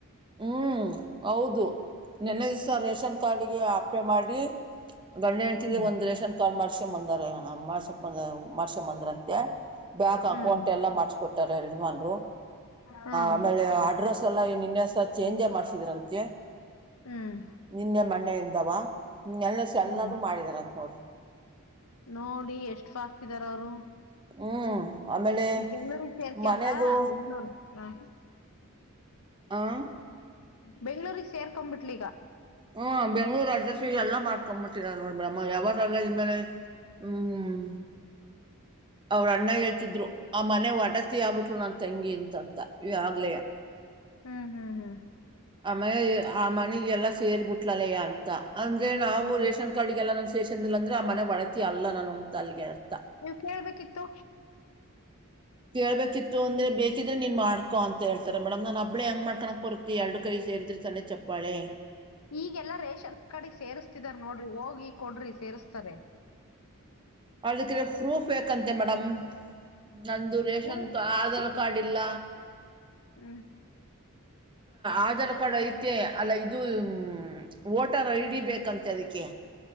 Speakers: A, on the right (about 20°); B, on the left (about 75°).
A: ಹ್ಮ್ ಹೌದು ನೆನ್ನ ಸ ರೇಷನ್ ಕಾರ್ಡಗೆ ಆಪ್ಲೆ ಮಾಡಿ ಗಂಡ ಹೆಂಡ್ತಿ
B: ಹ್ಮ್
A: ಒಂದು ರೇಷನ್. ಕಾರ್ಡ್ ಮಾಡಸ್ಕೊಂಡ ಬಂದರ ಮಾಡಸಕೊಂಡ ಬಂದ್ರ ಅಂತೆ ಬ್ಯಾಂಕ್
B: ಹ್ಮ್
A: ಅಕೌಂಟ್ ಎಲ್ಲ ಮಾಡ್ಸಕೊಟ್ಟ. ರೆ ಯಜಮಾನರು
B: ಹ್ಮ್
A: ಆಮೇಲೆ ಅಡ್ರೆಸ್. ಎಲ್ಲಾ ನಿನ್ನ ಹೆಸರಲೀ ಚೇಂಜ ಮಾಡ್ಸಿದ್ರಂತೆ.
B: ಹ್ಮ್
A: ನಿನ್ನೆ ಮಣೆಯಿಂದವಾ ಹ್ಮ ಎಲ್ಲ ಎಲ್ಲಾರೂ
B: ಹ್ಮ್
A: ಮಾಡಿದಾರಂತ ನೋಡ.
B: ನೋಡಿ ಎಷ್ಟು ಫಾಸ್ಟ್ ಇದ್ದಾರ ಅವರು.
A: ಹ್ಮ್ ಆಮೇಲೆ
B: ಈ ಬೆಂಗಳೂರುಗ ಸೆರತೆರಲಾ
A: ಮನೆದು
B: ಬೆಂಗ್ಳೂರು. ಹಾ
A: ಆ
B: ಬೆಂಗ್ಳೂಗ್ ಸೇರಿಕೊಂಡ ಬಿಟ್ಲು ಈಗ.
A: ಹ್ಮ್ ಬೆಂಗ್ಳೂರು ಅಡ್ಡ್ರೆಸಿಗ್ ಎಲ್ಲ ಮಾಡ್ಕೊಂಡ್ಬಿಟ್ಟೀರ ನೋಡ್ಬಿಡಮ್ಮ ಯಾವಾಗಲ್ಲ <unintelligible> ಹ್ಮ್ ಅವ್ರ ಅಣ್ಣ ಹೇಳ್ತಿದ್ರು ಆ ಮನೆ ಒಡತಿ ಆಗ್ಬಿಟ್ಲು ನನ್ ತಂಗಿ ಅಂತಂತ ಈ ಯಾವಾಗಲೆಯ.
B: ಹ್ಮ್ ಹ್ಮ್ ಹ್ಮ್
A: ಆ ಮನೇಲಿ ಆ ಮನೆ ಎಲ್ಲ ಸೇರಿ ಬಿಟ್ಲಲ್ಲಯ ಅಂತ ಅಂದ್ರೆ ನಾವು
B: ಹ್ಮ್
A: ರೇಷನ್. ಕಡೆಗೆಲ್ಲ ನನ್ ಸೇಷನ್ ಅಂದ್ರೆ ಆ ಮನೆ ಒಡತಿ ಅಲ್ಲ ನಾನು ಅಂತ ಅಲ್ಲಿಗೆರ್ತಾ.
B: ನೀವು ಕೇಳ್ಬೇಕಿತ್ತು.
A: ಕೇಳ್ಬೇಕಿತ್ತು ಅಂದ್ರೆ ಬೇಕಿದ್ರೆ ನೀನ್ ಮಾಡ್ಕೊ ಅಂತೇಳ್ತಾರೆ ಮೇಡಮ್ ನಾ ಒಬ್ಬಳೇ ಹೆಂಗ್ ಮಾಡ್ಕೊಳಕ್ ಬರುತ್ತೆ. ಎರಡು ಕೈ ಸೇರಿದ್ರೆ ತಾನೇ ಚಪ್ಪಾಳೆ.
B: ಈಗೆಲ್ಲಾ ರೇಷನ್ ಕಡೆ ಸೇರ್ಸ್ತಿದಾರ ನೋಡ್ರಿ ಹೋಗಿ ಕೊಡ್ರಿ ಸೇರ್ಸ್ತಾರೆ.
A: ಅದಕ್ಕೆಲ ಪ್ರೂಫ್ ಬೇಕಂತೆ ಮೇಡಮ್ ನಂದು ರೇಷನ್
B: ಹ್ಮ್
A: ತ್ ಆಧಾರ್ ಕಾರ್ಡ್ ಇಲ್ಲ.
B: ಹ್ಮ್
A: ಆಧಾರ್ ಕಾರ್ಡ್ ಐತೆ ಅಲ್ಲ ಇದು ಮ್ ವೋಟರ್ ಐ ಡಿ ಬೇಕಂತೆ ಅದಿಕ್ಕೆ